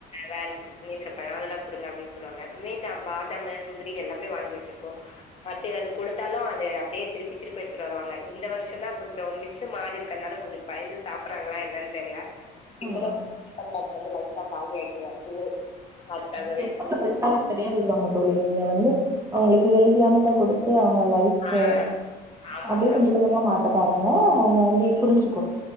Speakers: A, on the left (about 35°); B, on the right (about 15°).
A: வேற சிப்ஸ் நேந்திரப்பழம் அதெல்லாம் கொடுங்க அப்படின்னு சொல்லாங்க மெயின் நான் பாதாம முந்திரி எல்லாமே வாங்கி வச்சுப்போம் அப்டி அது கொடுத்தாலும் அது அப்படியே திருப்பி திருப்பி எடுத்துட்டு வருவாங்க இந்த வருஷம்தா கொஞ்சோ மிஸ் மாறி இருக்கிறதுனால கொஞ்சோ பயந்து சாப்பிடறாங்களா என்னன்னு தெரில.
B: ம்
A: இப்பதா கொஞ்சமாசி. வந்து லைட்டா காலியாயிட். டு வருது. அதுக்காகவே
B: பெச பெருசாக சரியாயிருவாங்க தோழி. நீங்க வந்து அவங்களுக்கு ஹெல்தியானதா கொடு. கு அவங்க லைப்
A: ஆ ஆமாங்க
B: அப்படியே கொஞ்சோ
A: ஆமா
B: கொஞ்சமா மாத்த பாருங்க. <unintelligible> அவங்க வந்து புரிஞ்சு.